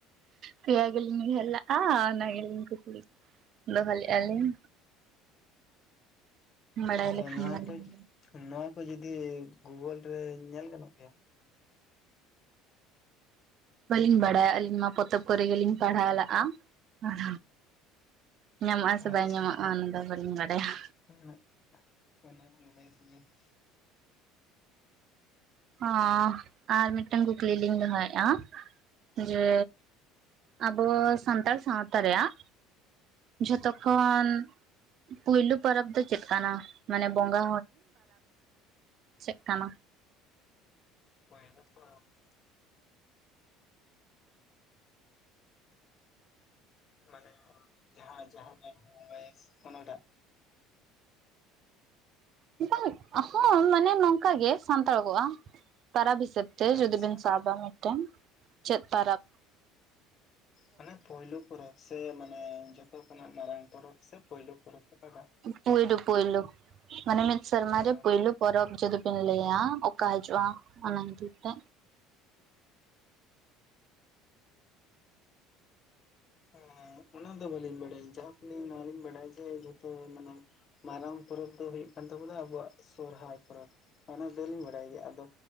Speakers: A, on the right; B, on the left.
A: ᱯᱮᱭᱟ ᱜᱮᱞᱤᱧ ᱩᱤᱦᱟᱨ ᱞᱟ ᱦᱟ ᱚᱱᱟᱜᱮᱞᱤᱧ <unintelligible> ᱠᱩᱥᱤᱞᱤ ᱫᱚᱦᱚᱞᱮᱜ ᱟᱞᱤᱧ ᱵᱟᱲᱟᱭ
B: ᱟᱫᱚ
A: ᱞᱮᱠᱷᱟᱱ
B: ᱱᱚᱣᱟ
A: ᱞᱤᱧ
B: ᱠᱚ ᱱᱚᱣᱟ ᱠᱚ ᱡᱩᱫᱤ ᱜᱩᱜᱩᱞ ᱨᱮ ᱧᱮᱞ ᱜᱟᱱᱚᱜ ᱜᱮᱭᱟ <inaudible>
A: ᱵᱟᱹᱞᱤᱧ ᱵᱟᱲᱟᱭᱟ ᱟᱹᱞᱤᱧ ᱢᱟ ᱯᱚᱛᱚᱵ ᱠᱚᱨᱮ ᱜᱮᱞᱤᱧ ᱯᱟᱲᱦᱟᱣ ᱞᱟᱜᱼᱟ ᱟᱨ ᱧᱟᱢᱚᱜᱼᱟ ᱥᱮ
B: ᱟᱪᱪᱷᱟ
A: ᱵᱟᱭ ᱧᱟᱢᱚᱜᱼᱟ ᱚᱱᱟ ᱫᱚ ᱵᱟᱹᱞᱤᱧ ᱵᱟᱲᱟᱭᱟ᱾
B: <unintelligible>
A: ᱚᱸ ᱟᱨ ᱢᱤᱫᱴᱟᱝ ᱠᱩᱠᱞᱤ ᱞᱤᱧ ᱫᱚᱦᱚᱭᱮᱫᱼᱟ ᱡᱮ
B: ᱦᱮᱸ
A: ᱟᱵᱚᱻ ᱥᱟᱱᱛᱟᱲ ᱥᱟᱶᱛᱟ ᱨᱮᱭᱟᱜ ᱡᱷᱚᱛᱚ
B: ᱦᱮᱸ
A: ᱠᱷᱚᱱᱻ ᱯᱩᱭᱞᱩ ᱯᱚᱨᱚᱵ ᱫᱚ ᱪᱮᱫ ᱠᱟᱱᱟ ᱢᱟᱱᱮ ᱵᱚᱸᱜᱟ <unintelligible> ᱪᱮᱫ ᱠᱟᱱᱟ
B: <unintelligible> ᱢᱟᱱᱮ ᱡᱟᱦᱟᱸ ᱡᱟᱦᱟᱸ ᱴᱟᱜ ᱵᱷᱚᱭᱮᱥ <unintelligible> ᱚᱱᱟᱴᱟᱜ?
A: <unintelligible> ᱦᱚᱸ ᱢᱟᱱᱮ ᱱᱚᱝᱠᱟ ᱜᱮ ᱥᱟᱱᱛᱟᱲ ᱠᱚᱜᱼᱟ ᱾ ᱯᱟᱨᱟᱵᱽ ᱦᱤᱥᱟᱹᱵ, ᱛᱮ
B: ᱟᱪᱪᱷᱟ
A: ᱡᱩᱫᱤ ᱵᱮᱱ ᱥᱟᱵᱟ, ᱢᱤᱫᱴᱮᱱ ᱪᱮᱫ ᱯᱟᱨᱟᱵᱽ?
B: ᱢᱟᱱᱮ ᱯᱳᱭᱞᱩ ᱯᱚᱨᱚᱵ ᱥᱮ ᱢᱟᱱᱮ ᱡᱷᱚᱛᱚ ᱠᱷᱚᱱᱟᱜ ᱢᱟᱨᱟᱝ ᱯᱚᱨᱚᱵ ᱥᱮ ᱯᱩᱭᱞᱩ ᱯᱚᱨᱚᱵ ᱚᱠᱟᱴᱟᱜ?
A: ᱯᱩᱭᱞᱩ ᱯᱩᱭᱞᱩ ᱢᱟᱱᱮ ᱢᱤᱫ ᱥᱮᱨᱢᱟ
B: ᱚ
A: ᱨᱮ ᱯᱩᱭᱞᱩ ᱯᱚᱨᱚᱵ ᱡᱚᱫᱤ ᱵᱤᱱ ᱞᱟᱹᱭᱟ ᱚᱠᱟ ᱦᱤᱡᱩᱜᱼᱟ ᱚᱱᱟ ᱤᱫᱤ ᱛᱮ
B: ᱦᱮᱸ ᱚᱱᱟ ᱫᱚ ᱵᱟᱹᱞᱤᱧ ᱵᱟᱲᱟᱭᱟ᱾ ᱡᱟᱦᱟ ᱠᱚᱞᱤᱧ ᱱᱚᱣᱟ ᱞᱤᱧ ᱵᱟᱲᱟᱭ-ᱟ᱾ ᱡᱮ ᱡᱷᱚᱛᱚ ᱢᱟᱱᱮ, ᱢᱟᱨᱟᱝ ᱯᱚᱨᱚᱵ ᱫᱚ ᱦᱩᱭᱩᱜ ᱠᱟᱱ ᱛᱟᱵᱚᱱᱟ ᱟᱵᱚᱣᱟᱜ ᱥᱚᱦᱨᱟᱭ ᱯᱚᱨᱚᱵ ᱚᱱᱟ ᱫᱚᱞᱤᱧ ᱵᱟᱲᱟᱭ ᱜᱮᱭᱟ ᱟᱫᱚ